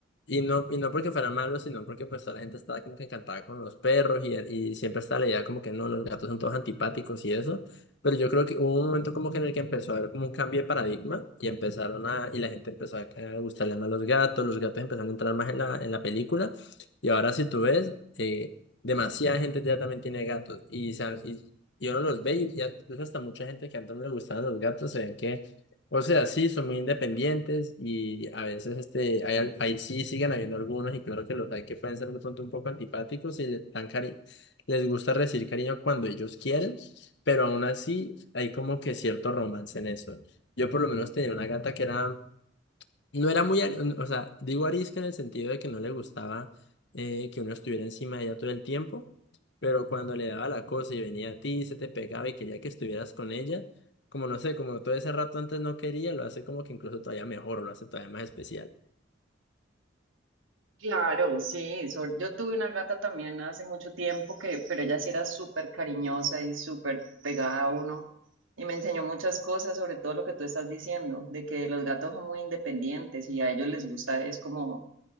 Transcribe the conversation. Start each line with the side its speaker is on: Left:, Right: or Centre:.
Left: Y no, y no porque fueran malos, sino porque pues toda la gente estaba como que encantada con los perros y, y siempre estaba la idea como que no, los gatos son todos antipáticos y eso. Pero yo creo que hubo un momento como que en el que empezó a haber como un cambio de paradigma y empezaron a, y la gente empezó a, a gustarle más los gatos, los gatos empezaron a entrar más en la, en la película. Y ahora si tú ves, eh, demasiada gente ya también tiene gatos y, se han- y, y uno los ve y ya, incluso hasta mucha gente que antes no le gustaban los gatos se ven que o sea, sí, son muy independientes y a veces este, hay, al- ahí sí siguen habiendo algunos y claro que los hay que pueden ser de pronto un poco antipáticos y le dan cari- les gusta recibir cariño cuando ellos quieren, pero aún así hay como que cierto romance en eso. Yo por lo menos tenía una gata que era no era muy, ari- o sea, digo arisca en el sentido de que no le gustaba eh, que uno estuviera encima de ella todo el tiempo, pero cuando le daba la cosa y venía a ti, se te pegaba y quería que estuvieras con ella, como no sé, como todo ese rato antes no quería, lo hace como que incluso todavía mejor, lo hace todavía más especial.
Right: Claro, sí. sobre- yo tuve una gata también hace mucho tiempo que, pero ella sí era súper cariñosa y súper pegada a uno y me enseñó muchas cosas, sobre todo lo que tú estás diciendo, de que los gatos son muy independientes y a ellos les gusta es como